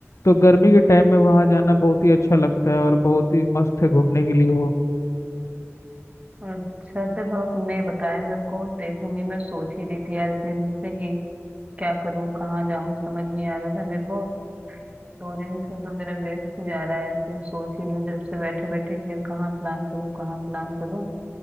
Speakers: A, on the left (about 75°); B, on the right (about 25°).
A: तो गर्मी के टाइम में वहाँ जाना बहुत ही अच्छा लगता है और बहुत ही मस्त है घूमने के लिए वो
B: अच्छा चलो तुमने ये बताया मेरे को देखूंगी मैं सोच ही रही थी यार इतने दिन से कि क्या करूँ कहाँ जाऊँ समझ नहीं आ रहा था मेरे को दो दिन से तो मेरा वेस्ट ही जा रहा है ऐसे ही सोच ही रही हूँ जब से बैठे बैठे यार कहाँ प्लान करूँ कहाँ प्लान करूँ